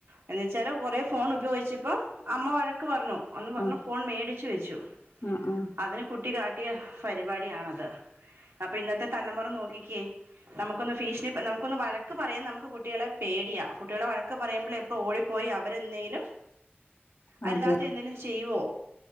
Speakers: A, on the right; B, on the left.
A: എന്ന വച്ചാല് കൊറെ ഫോൺ ഉപയോഗിച്ചപ്പ അമ്മ വഴക്ക് പറഞ്ഞു അന്ന് പറഞ്ഞു
B: ആഹ്
A: ഫോൺ മേടിച്ച് വെച്ചു
B: ആഹ് ആഹ്
A: അതിന് കുട്ടി കാട്ടിയ പരിപാടിയണത് അപ്പൊ ഇന്നത്തെ തലമുറ നോക്കിക്കേ നമുക്കൊന്ന് ഫീഷ നമുക്കൊന്ന് വഴക്ക് പറയാൻ നമുക്ക് കുട്ടികളെ പേടിയാ കുട്ടികളെ വഴക്ക് പറയുമ്പോൾ എ ഓടിപ്പോയി അവരെന്തെങ്കിലും അരുതാത്ത
B: അതെ
A: എന്തെങ്കലും ചെയ്യുവോ